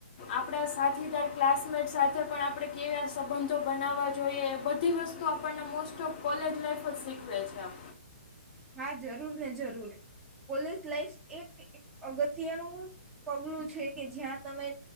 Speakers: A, on the left; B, in the centre.
A: આપડા સાથીદાર ક્લાસમેટ સાથે પણ આપણે કેવા સંબંધો બનાવવા જોઈએ એ બધી વસ્તુ આપણને મોસ્ટ ઓફ કોલેજ લાાઈફ જ શીખવે છે.
B: હા જરૂર ને જરૂર કોલેજ લાઈફ એક અગત્યનું પગલું છે કે જ્યાં તમે